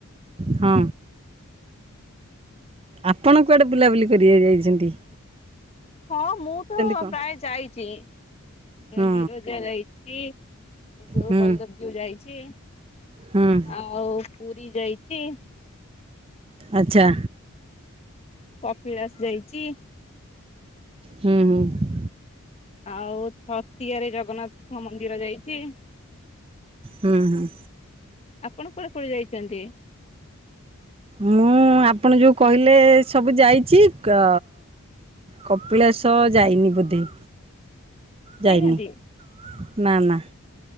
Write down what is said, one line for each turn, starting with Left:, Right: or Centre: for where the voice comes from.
Right: ହଁ। ଆପଣ କୁଆଡେ ବୁଲାବୁଲି କରିବାକୁ ଯାଇଚନ୍ତି?
Left: ହଁ ମୁଁ ତ
Right: କଣ
Left: ପ୍ରାୟ ଯାଇଚି।
Right: ହଁ
Left: ବିରଜା ଯାଇଚି। ଯୋଉ
Right: ହୁଁ
Left: ବଲଦେବ ଜୀଉ ଯାଇଚି।
Right: ହୁଁ
Left: ଆଉ ପୁରୀ ଯାଇଚି।
Right: ଆଚ୍ଛା।
Left: କପିଳାସ ଯାଇଚି।
Right: ହୁଁ ହୁଁ।
Left: ଆଉ ଛତିଆ ରେ ଜଗନ୍ନାଥଙ୍କ ମନ୍ଦିର ଯାଇଚି।
Right: ହୁଁ ହୁଁ।
Left: ଆପଣ କୁଆଡେ କୁଆଡେ ଯାଇଚନ୍ତି?
Right: ମୁଁ ଆପଣ ଯୋଉ କହିଲେ ସବୁ ଯାଇଚି। କ କପିଳାସ ଯାଇନି ବୋଧେ।
Left: ଯାଇନାହାନ୍ତି?
Right: ଯାଇନି ନା ନା।